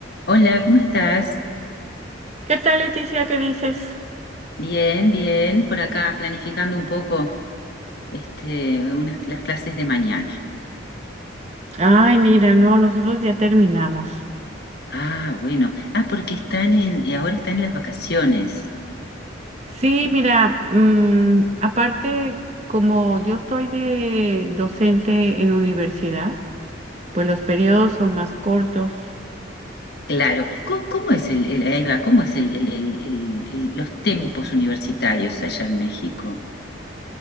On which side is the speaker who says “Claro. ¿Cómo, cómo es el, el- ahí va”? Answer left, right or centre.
Left